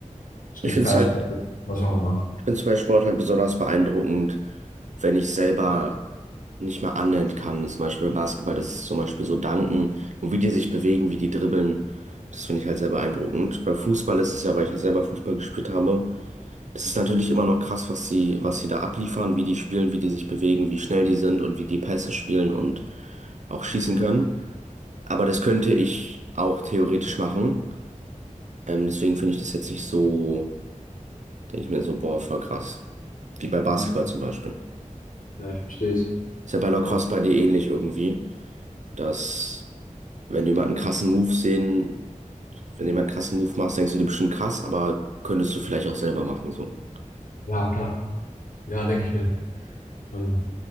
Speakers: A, on the left; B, on the right.
A: es
B: Ich
A: gibt
B: finde
A: Fastball,
B: es halt,
A: was auch immer.
B: ich finde es bei Sport halt besonders beeindruckend, wenn ich selber nicht mal annähernd kann. Zum Beispiel beim Basketball, das ist zum Beispiel so Danken und wie die sich bewegen, wie die dribbeln. Das finde ich halt sehr beeindruckend. Beim Fußball ist es ja, weil ich ja selber Fußball gespielt habe. Das ist natürlich immer noch krass, was sie, was sie da abliefern, wie die spielen, wie die sich bewegen, wie schnell die sind und wie die Pässe spielen und auch schießen kann. Aber das könnte ich auch theoretisch machen. Ähm, deswegen finde ich das jetzt nicht so, denke ich mir so, boah, voll krass. Wie bei Basketball
A: Mhm.
B: zum Beispiel.
A: Ja, ich verstehe es.
B: Ist ja bei Lacrosse
A: Ja.
B: bei dir ähnlich irgendwie, dass wenn jemand einen krassen Move sehen, wenn jemand einen krassen Move macht, denkst du dir bestimmt krass, aber könntest du vielleicht auch selber machen so.
A: Ja, klar. Ja, denke ich mir. Ähm,